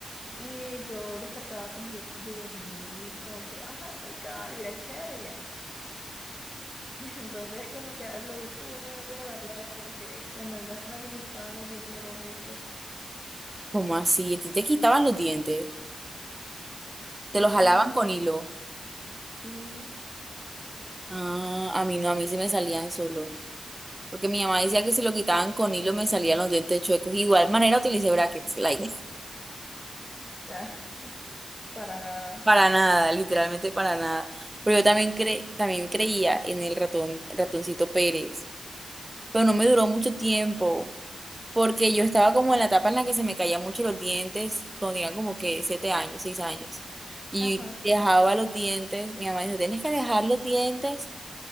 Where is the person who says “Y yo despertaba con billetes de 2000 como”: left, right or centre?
Left